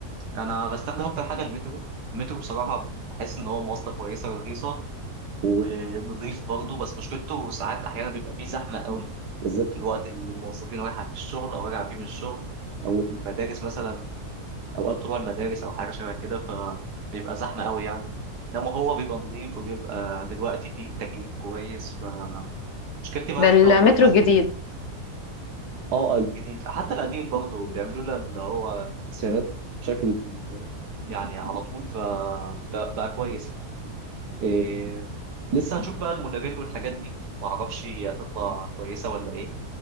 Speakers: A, on the right (about 85°); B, on the left (about 60°).
A: انا بستخدم اكتر حاجه المترو المترو بصراحه بحس ان هو مواصله كويسه ورخيصه ونضيف برضه بس مشكلته ساعات احيانا بيبقى فيه زحمه قوي بالذات في الوقت اللي الموظفين رايحه في الشغل او راجعه فيه من الشغل او المدارس مثلا اوقات طلوع المدارس او حاجه شبه كده فبيبقى زحمه قوي يعني انما هو بيبقى نظيف وبيبقى دلوقتي فيه تكييف كويس فمشكلتي معاه
B: ده
A: حاجه
B: المترو
A: واحده بس
B: الجديد
A: اه الجديد حتى القديم برضه بيعملوا لنا اللي هو سيرات بشكل يعني على طول فبقى كويس إيه لسه هنشوف بقى المونوريل والحاجات دي معرفش هي هتطلع كويسة ولا ايه